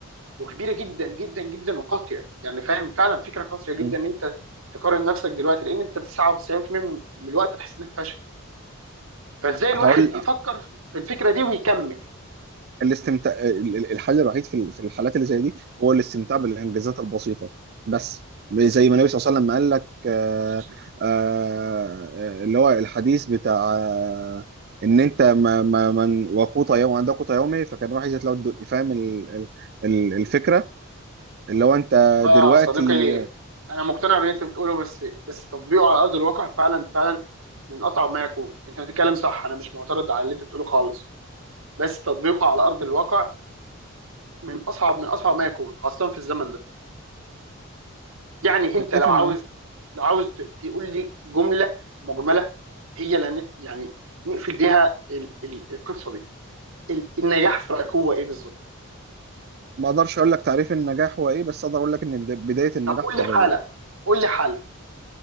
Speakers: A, on the right; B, on the right.
A: وكبيره جدا جدا جدا وقاسيه يعني فاهم فعلا فكره قاسيه
B: مم.
A: جدا ان انت تقارن نفسك دلوقتي لان انت 99% من الوقت هتحس انك فاشل فازاي الواحد
B: هقول
A: يفكر في الفكره دي ويكمل
B: الاستمتاع ال- ال- الحل الوحيد في ال- في الحالات اللي زي دي هو الاستمتاع بالانجازات البسيطه بس زي ما النبي صلى
A: مم.
B: الله عليه وسلم قال لك آه،
A: أساساً.
B: آه، آه، اللي هو الحديث بتاع آه، ان انت ما ما من وقوت يوم عند قوت يومي فكان راح يزيد لو فاهم ال- ال- ال- الفكره اللي هو انت
A: والله
B: دلوقتي
A: يا صديقي
B: آه،
A: انا مقتنع باللي انت بتقوله بس بس تطبيقه على ارض الواقع فعلا فعلا من اصعب ما يكون انت بتتكلم صح انا مش معترض على اللي انت بتقوله خالص بس تطبيقه على ارض الواقع من اصعب من اصعب ما يكون خاصه في الزمن ده يعني انت
B: اتفق
A: لو عاوز
B: معاه
A: لو عاوز ت- تقول لي جمله مجمله هي لن يعني نقفل بيها ال- ال- القصه دي ال- النجاح في رايك هو ايه بالظبط
B: ما اقدرش اقول لك تعريف النجاح هو ايه بس اقدر اقول لك ان بدا- بدايه النجاح
A: طب قول
B: في
A: لي
B: الرضا
A: حاله قول لي حاله